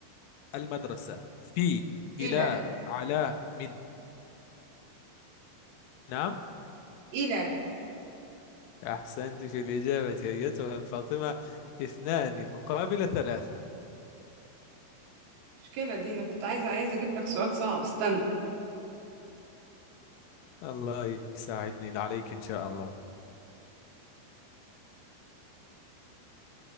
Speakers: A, on the left (about 85°); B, on the right (about 85°).
A: المدرسة في
B: إيه
A: إلى
B: لا
A: على من نعم
B: إيه لا
A: أحسنت في الإجابة أيتها الفاطمة اثنان مقابل ثلاثة
B: المشكلة دي أنا كنت عايزة عايزة أجيب لك سؤال صعب استنى
A: الله يساعدني عليك إن شاء الله